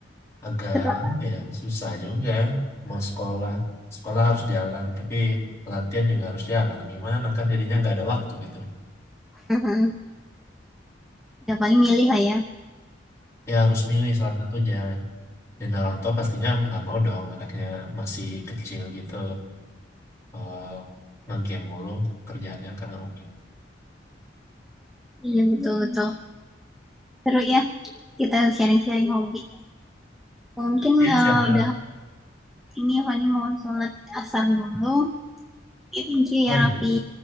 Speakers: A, on the left; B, in the centre.
A: agak
B: Seru.
A: apa ya susah juga mau sekolah. Sekolah harus jalan, tapi latihan juga harus jalan. Gimana kan jadinya nggak ada waktu gitu.
B: Hmm. Ya paling milih lah ya.
A: Ya harus milih salah satunya. dan orang tua pastinya nggak mau dong anaknya masih kecil gitu eh nge-game mulu kerjaannya kan nggak mungkin
B: Iya, betul-betul. Seru ya, kita sharing-sharing hobi. Mungkin
A: iya
B: eh,
A: siapa
B: udah Ini Fani mau sholat asar dulu. Oke, thank you
A: oh
B: ya
A: iya
B: Raffi.